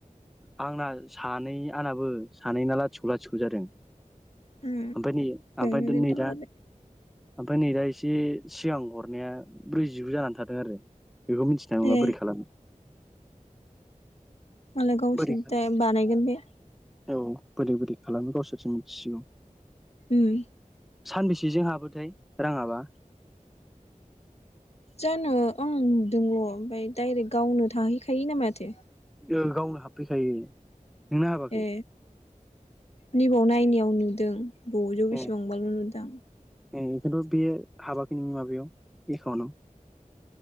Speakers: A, in the centre; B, on the left.
A: आंना सानै आंनाबो सानैना लाथिख' लाथिख' जादों।
B: उम
A: ओमफाय नै
B: बेयावनो
A: ओमफाय दोनै
B: दोनथाम
A: दा
B: हरबाय
A: ओमफ्राय नै दा एसे सिगां हरनाया ब्रैजिगु जानानै थादों आरो बेखौ मिथि नाय नंला
B: ए
A: बोरै खालामो
B: मालाय गावसिनि
A: बोरै
B: टाइम बानायगोन बे
A: औ बोरै बोरै खालामो गावसोरसो मिथिसिगौ
B: उम
A: सानबेसेजों हाबोथाय राङाबा
B: जानो आं नुदोंल' ओमफाय डाइरेक्ट गावनो थाहैखायो ना माथो
A: ओ गावनो हाबफैखायो नोंना हाबाखै
B: ए नैबाव नायनायाव नुदों द' जौ बेसेबांबाल'
A: ए
B: नुदां
A: ए खिन्थु बे हाबाखै नोंनि माबायाव एकाउन्टाव